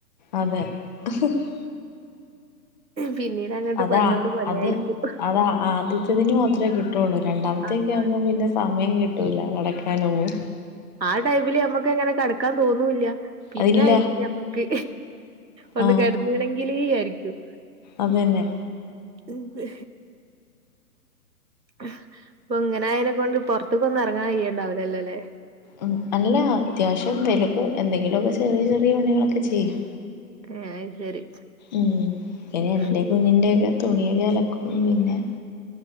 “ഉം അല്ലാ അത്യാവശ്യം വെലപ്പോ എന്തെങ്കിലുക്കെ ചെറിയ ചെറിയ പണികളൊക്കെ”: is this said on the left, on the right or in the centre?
Left